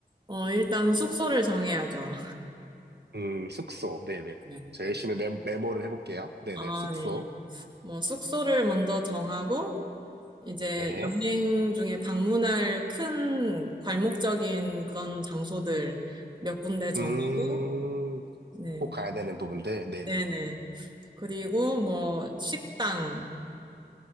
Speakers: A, on the right (about 25°); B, on the right (about 75°).
A: 어, 일단 숙소를 정해야죠.
B: 음, 숙소. 네네.
A: 네.
B: 저 열심히 메, 메모를 해볼게요. 네네.
A: 아,
B: 숙소.
A: 네. 뭐, 숙소를 먼저 정하고, 이제
B: 네.
A: 여행 중에 방문할 큰 괄목적인 그런 장소들 몇 군데 정하고,
B: 음,
A: 네.
B: 꼭 가야 되는 부분들. 네네.
A: 네네. 그리고 뭐, 식당,